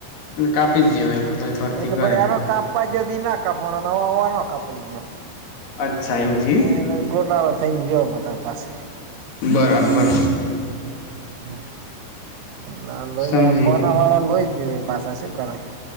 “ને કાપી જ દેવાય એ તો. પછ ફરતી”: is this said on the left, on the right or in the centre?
Left